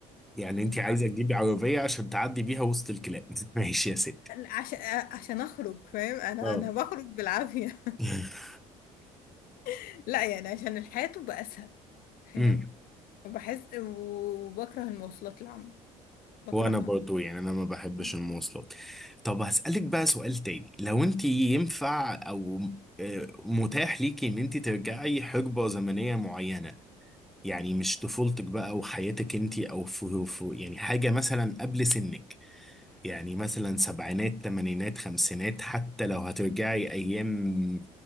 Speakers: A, in the centre; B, on the left (about 65°).
A: يعني انت عايزه تجيبي عربيه عشان تعدي بيها وسط الكلاب <laughs> ماشي يا ستي
B: عشان عشان أخرج فاهم أنا
A: اه
B: أنا بخرج بالعافية
A: <laughs>
B: <laughs> لا يعني عشان الحياة تبقى أسهل فاهم
A: امم
B: بحس وبكره المواصلات العامة بكرهها
A: وانا برضو يعني انا ما بحبش
B: يعني.
A: المواصلات طب هسألك بقى سؤال تاني لو انت ينفع او آه، متاح ليكي ان انت ترجعي حقبة زمنية معينة يعني مش طفولتك بقى وحياتك انتي او في في- يعني حاجة مثلا قبل سنك يعني مثلا سبعينات تمانينات خمسينات حتى لو هترجعي ايام